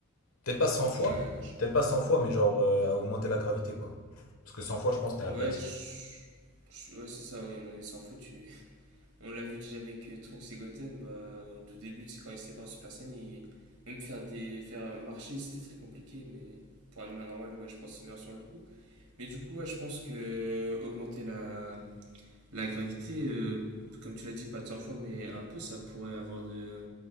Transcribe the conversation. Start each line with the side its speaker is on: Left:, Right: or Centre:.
Left: Peut-être pas 100 fois,
Right: Ouais, je-
Left: peut-être pas 100 fois, mais genre euh, à augmenter la gravité, quoi. Parce que 100 fois, je pense que t'es aplati.
Right: ouais, je- je- ouais, c'est ça, oui, à mon avis, sans faute. tu- <laughs> On l'a vu déjà avec euh, Trunks et Goten, bah, au tout début, c'est quand ils étaient pas en Super Saiyan, ils- même faire des faire marcher, c'était très compliqué, mais pour un humain normal, ouais, je pense qu'il meurt sur le coup. Mais du coup, ouais, je pense que augmenter la, la gravité, euh, comme tu l'as dit, pas de cent fois, mais un peu, ça pourrait avoir de,